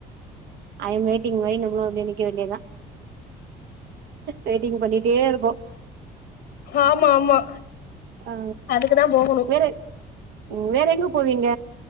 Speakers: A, on the right; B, on the left.
A: ஐயம் வெயிட்டிங் மாரி நம்மளு அப்டியே நிக்க வேண்டியதா வெயிட்டிங் பண்ணிகிட்டே இருப்போ
B: ஆமா ஆமா
A: ஆ
B: அதுக்குதா போகணு
A: வேற ம் வேற எங்க போவீங்க